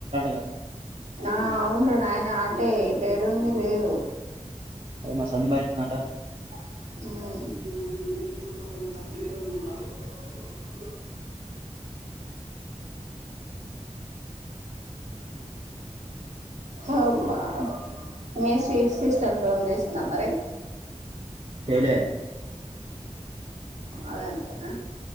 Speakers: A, on the right; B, on the right.
A: ఇగ
B: ఆ అవునురా నాయన ఆటే ట్టేడుంది లేదు
A: అదే మా సంధీ బయట ఉందంట
B: మ్ అమా మీే స్వీట్ సిస్టర్ ఫోన్ చేస్తున్నాం మరి
A: చేయ్ లే
B: అదంతేనా